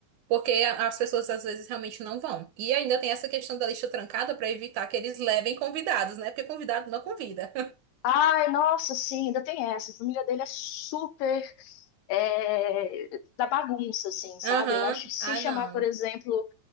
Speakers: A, on the right; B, on the left.
A: porque a- as pessoas às vezes realmente não vão. E ainda tem essa questão da lista trancada para evitar que eles levem convidados, né? Porque convidado não convida.
B: Ai, nossa, sim, ainda tem essa. A família dele é super é, da bagunça, assim,
A: <laughs>
B: sabe?
A: Aham.
B: Eu acho que se
A: Ah,
B: chamar,
A: não.
B: por exemplo,